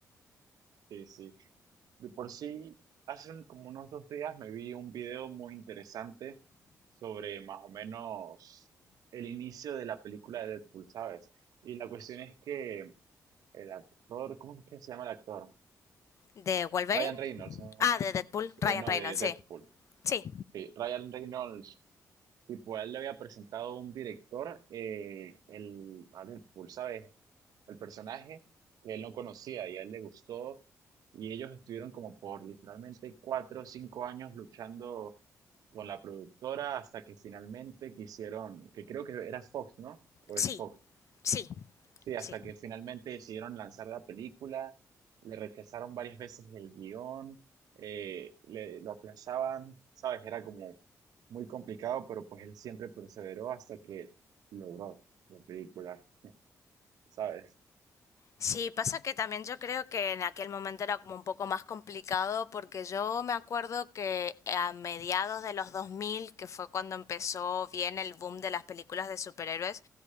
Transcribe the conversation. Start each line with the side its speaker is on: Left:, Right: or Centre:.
Right: Sí, sí. De por sí, hace un- como unos dos días me vi un video muy interesante sobre más o menos el inicio de la película de Deadpool, ¿sabes? Y la cuestión es que el actor, ¿cómo es que se llama el actor?
Left: ¿De Wolverine?
Right: Ryan Reynolds, ¿no?
Left: Ah, de Deadpool,
Right: Eh,
Left: Ryan
Right: no,
Left: Reynolds,
Right: de
Left: sí.
Right: Deadpool.
Left: Sí,
Right: Sí, Ryan Reynolds, tipo, a él le había presentado un director eh, el, a Deadpool, ¿sabes? al personaje que él no conocía y a él le gustó. Y ellos estuvieron como por literalmente cuatro o cinco años luchando con la productora hasta que finalmente quisieron, que creo que era Fox, ¿no? O
Left: sí,
Right: es Fox.
Left: sí,
Right: Sí, hasta
Left: sí.
Right: que finalmente decidieron lanzar la película, le rechazaron varias veces el guión, eh, le, lo aplazaban, ¿sabes? Era como muy complicado, pero pues él siempre perseveró hasta que logró la película, ¿sabes?
Left: Sí, pasa que también yo creo que en aquel momento era como un poco más complicado porque yo me acuerdo que a mediados de los 2000 que fue cuando empezó bien el boom de las películas de superhéroes,